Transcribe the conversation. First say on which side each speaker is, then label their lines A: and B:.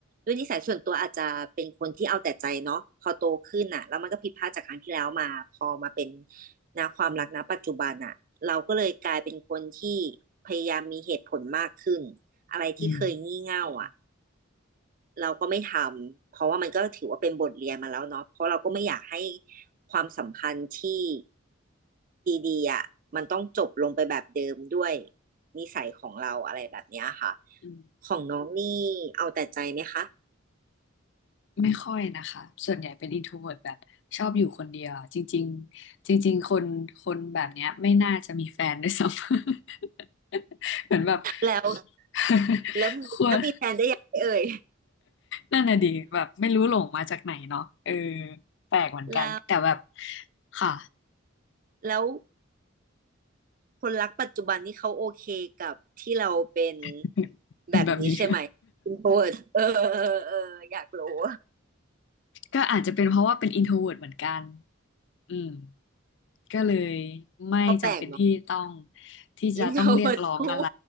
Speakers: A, on the right; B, on the left.
A: ด้วยนิสัยส่วนตัวอาจจะเป็นคนที่เอาแต่ใจเนาะพอโตขึ้นอ่ะแล้วมันก็ผิดพลาดจากครั้งที่แล้วมาพอมาเป็นนะความรักนะปัจจุบันอ่ะเราก็เลยกลายเป็นคนที่พยายามมีเหตุผลมากขึ้นอะไรที่เคยงี่เง่าอ่ะ
B: อืม
A: เราก็ไม่ทำเพราะว่ามันก็ถือว่าเป็นบทเรียนมาแล้วเนาะเพราะเราก็ไม่อยากให้ความสัมพันธ์ที่ดีๆอ่ะมันต้องจบลงไปแบบเดิมด้วยนิสัยของเราอะไรแบบเนี้ยค่ะ
B: อืม
A: ของน้องนี่เอาแต่ใจไหมคะ
B: ไม่ค่อยนะคะส่วนใหญ่เป็น introvert แบบชอบอยู่คนเดียวจริงๆจริงๆคนคนแบบเนี้ยไม่น่าจะมีแฟนด้วยซ้ำ <laughs> เหมือนแบบ
A: แล้ว
B: <laughs>
A: แล้วแล้วมีแฟนได้ยังไงเอ่ย
B: ควรนั่นน่ะดิแบบไม่รู้หลงมาจากไหนเนาะเออแปลกเหมือนกันแต่แบบ
A: แล้ว
B: ค่ะ
A: แล้วคนรักปัจจุบันนี่เขาโอเคกับที่เราเป็น
B: <laughs> เป็นแบบนี้
A: แบบนี้ใช่ไหมอินโทรเวิเออเออเอออยากรู้
B: ก็อาจจะเป็นเพราะว่าเป็น introvert เหมือนกันอืมก็เลยไม่จำเป็นที่ต้อง
A: <laughs> ก็แปลกเนาะ
B: ที่จะต้องเรียกร้องอะไร
A: อินโทรเคู่